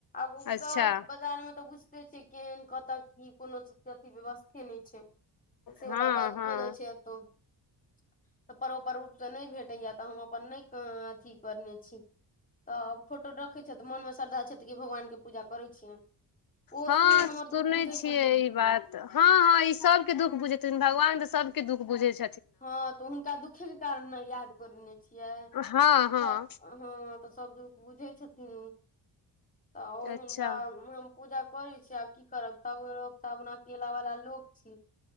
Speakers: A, on the left (about 20°); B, on the left (about 50°).
A: ओ
B: अच्छा
A: शहर बाजार में तऽ बुझते छिये केहन कते ई कोनो चीज के अथी व्यवस्थे नहि छै त से
B: हँ
A: वला बात
B: हँ
A: भऽ जाइ छै एतौ तऽ परोपर रूपसँ नहि भेटैया तऽ हम अपन नहि अथी करने छी तऽ फोटो रखैत छथि मोनमे श्रद्धा छथि कि भगवानके पूजा करै छियनि ओ
B: हँ
A: सुन हमर
B: सुनै
A: दुःख बुझै
B: छियै
A: छथिन
B: ई बात हँ हँ ई सबके दुःख बुझेथिन भगवान तऽ सब दुःख बुझै छी
A: हँ तऽ हुनका दुःखेके कारण ने याद करेने छियै
B: हँ हँ
A: तऽ हँ तऽ सब दुःख बुझै छथिन तऽ
B: अच्छा
A: हुनका पूजा करे छी आब की करब सब सना केला वाला लोक छी